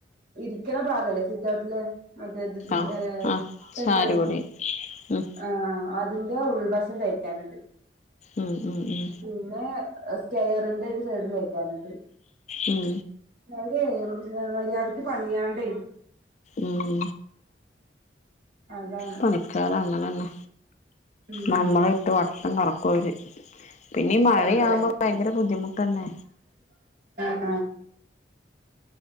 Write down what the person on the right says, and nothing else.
ഇരിക്കണ ഭാഗല്ലേ സുറ്റൊട്ടില് മറ്റേ <unintelligible>
തിണ്ട്
ആ അതിന്റെ ഉൾവശം തേക്കാനുണ്ട്.
പിന്നെ സ്റ്റെയറിന്റെ ഒരു സൈഡും തേക്കാൻ ണ്ട്.
<unintelligible> മര്യാദക്ക് പണിയാണ്ടേ
അതാണ്
ഉം
അതെ
ആ